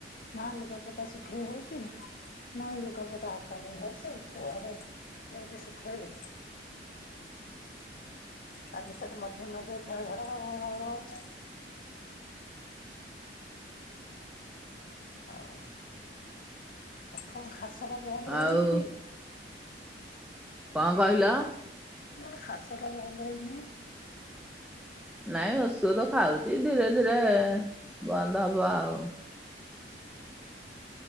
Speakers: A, on the left; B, in the centre.
A: ନା ଲୁଗା ପଟା ଶୁଖେଇ ହଉଛି ନା ଲୁଗାପଟା ହକାଳି ହଉଚି କୁଆଡେ ନେଇକି ସୁକେଇବ। ଆ ଭିତରେ ମଝିରେ ମଝିରେ ଥରେ ଘର ଘର ଘର ଘର ଘର ହଉଛି। ଆଉ ପଥମ ଖାସଟା ବନ୍ଦ ହେଇନି
B: ଆଉ
A: କି?
B: କଣ କହିଲ?
A: କହିଲି ଖାସ ଟା ବନ୍ଦ ହେଇନି?
B: ନାଇଁ ଔଷଧ ଖାଉଛି ଧୀରେ ଧୀରେ ବନ୍ଦ ହବ ଆଉ।